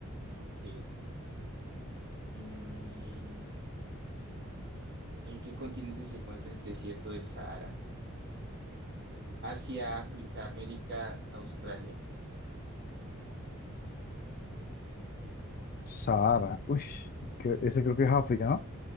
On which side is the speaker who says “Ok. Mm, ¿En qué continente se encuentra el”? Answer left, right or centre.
Right